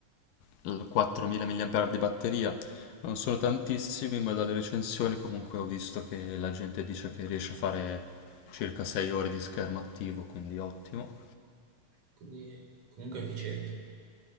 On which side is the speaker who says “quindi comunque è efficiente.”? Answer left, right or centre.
Right